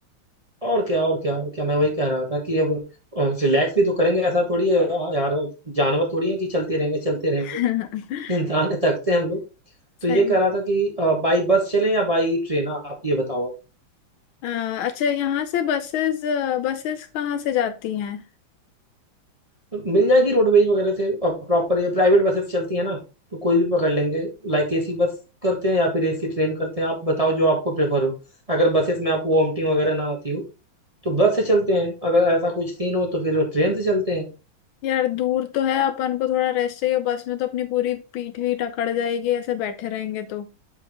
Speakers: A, on the right (about 20°); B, on the left (about 80°).
A: और क्या और क्या और क्या मैं वही कह रहा था कि अब रिलैक्स भी तो करेंगे ऐसा थोड़ी है यार जानवर थोड़ी है कि चलते रहेंगे चलते रहेंगे
B: <laughs>
A: इंसान है थकते हैं हम लोग तो
B: सही
A: ये कह रहा था कि बाई बस चलें या बाई ट्रेन आप ये बताओ
B: अ, अच्छा यहाँ से बसेस बसेस कहाँ से जाती हैं
A: तो मिल जाएगी रोडवेज वगैरह से प्रॉपर ये प्राइवेट बसेस चलती है ना तो कोई भी पकड़ लेंगे लाइक एसी बस करते हैं या फिर एसी ट्रेन करते हैं आप बताओ जो आपको प्रेफर हो अगर बसेस में आपको वॉमिटिंग वगैरह ना आती हो तो बस से चलते हैं अगर ऐसा कुछ सीन हो तो फिर ट्रेन से चलते हैं
B: यार दूर तो है अपन को थोड़ा रेस्ट चाहिए बस में तो अपनी पूरी पीठ भी अकड़ जाएगी ऐसे बैठे रहेंगे तो